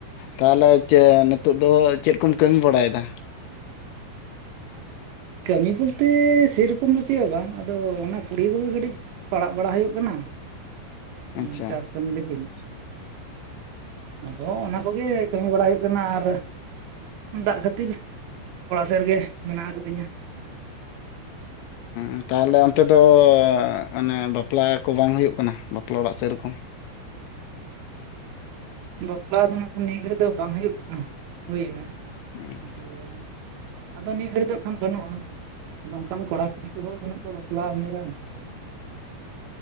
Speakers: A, on the left; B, on the right.
A: ᱛᱟᱦᱞᱮ ᱪᱮ ᱱᱤᱛᱚᱜ ᱫᱚ ᱪᱮᱫ ᱠᱚᱢ ᱠᱟᱹᱢᱤ ᱵᱟᱲᱟᱭᱫᱟ?
B: ᱠᱟᱹᱢᱤ ᱵᱚᱞᱛᱮ ᱥᱮᱨᱚᱠᱚᱢ ᱫᱚ ᱪᱮᱫ ᱦᱚᱸ ᱵᱟᱝ ᱟᱫᱚ ᱚᱱᱟ ᱯᱩᱲᱤᱭᱟᱹ ᱠᱚᱜᱮ ᱠᱟᱹᱴᱤᱡ ᱯᱟᱲᱟᱜ ᱵᱟᱲᱟ ᱦᱩᱭᱩᱜ ᱠᱟᱱᱟ᱾ ᱚᱸ
A: ᱟᱪᱪᱷᱟ
B: ᱪᱟᱥ ᱠᱟᱹᱢᱤ ᱞᱟᱹᱜᱤᱫ, ᱟᱫᱚ ᱚᱱᱟ ᱠᱚᱜᱮ ᱠᱟᱹᱢᱤ ᱵᱟᱲᱟᱭ ᱦᱩᱭᱩᱜ ᱵᱮᱱᱟᱨ ᱫᱟᱜ ᱠᱷᱟᱹᱛᱤᱨ ᱚᱲᱟᱜ ᱥᱮᱫ ᱨᱮᱜᱮ ᱢᱮᱱᱟᱜ ᱟᱠᱟᱫᱤᱧᱟ᱾
A: ᱩᱸ ᱛᱟᱦᱞᱮ ᱚᱱᱛᱮ ᱫᱚ ᱚᱱᱮ ᱵᱟᱯᱞᱟ ᱠᱚ ᱵᱟᱝ ᱦᱩᱭᱩᱜ ᱠᱟᱱᱟ ᱵᱟᱯᱞᱟ ᱚᱲᱟᱜ ᱥᱮᱨᱚᱠᱚᱢ?
B: ᱵᱟᱯᱞᱟ ᱫᱚ ᱱᱟᱦ ᱱᱤᱭᱟᱹ ᱜᱷᱟᱹᱲᱤᱡ ᱫᱚ ᱵᱟᱝ ᱦᱩᱭᱩᱜ ᱠᱟᱱᱟ, ᱦᱩᱭᱮᱱᱟ
A: <inaudible>
B: <unintelligible> ᱟᱫᱚ ᱱᱤᱭᱟᱹ ᱜᱷᱟᱹᱲᱤ ᱫᱚ ᱠᱷᱟᱱ ᱵᱟᱹᱱᱩᱜᱼᱟ᱾ ᱟᱫᱚ ᱚᱝᱠᱟᱱ ᱠᱚᱲᱟ ᱠᱩᱲᱤ ᱠᱚᱦᱚᱸ ᱵᱟᱹᱱᱩᱜ ᱠᱚᱣᱟ ᱵᱟᱯᱞᱟ ᱩᱢᱮᱨᱟᱱ ᱾